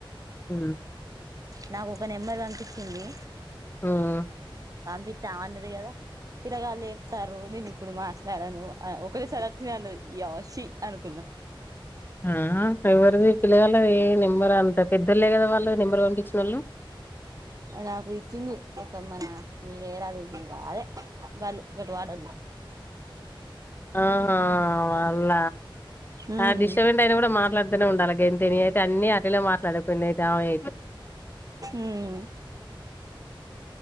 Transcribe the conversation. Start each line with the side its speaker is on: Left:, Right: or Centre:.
Left: హ్మ్
Right: నాకు ఒక నెంబర్ పమ్పించింది
Left: హ్మ్.
Right: పంపితా అన్నది కదా పిలగాల్ ఏడుతారు నేను ఇప్పుడు మాట్లాడను ఆ ఒకటెసారి అట్లనే అన్నది యా శి అనుకున్నా
Left: ఆ ఎవరిది పిల్లవాల ఏ నెంబరు అంత పెద్దళ్లే కదా వాళ్ళు నెంబరు పంపించిన వాళ్ళు
Right: నాకు ఇచ్చింది ఒక మ మీ నేరల్ అదే బలు గట్ వాడళ్ళు
Left: ఆహా వాళ్ళ
Right: ఉమ్
Left: ఆ డిస్టబెంట్ అయిన కూడా మాట్లాడ తనే ఉండాల తని గంతే నే అయితే అన్ని అటలే మాట్లాడుకున్న తాయ్
Right: ఉమ్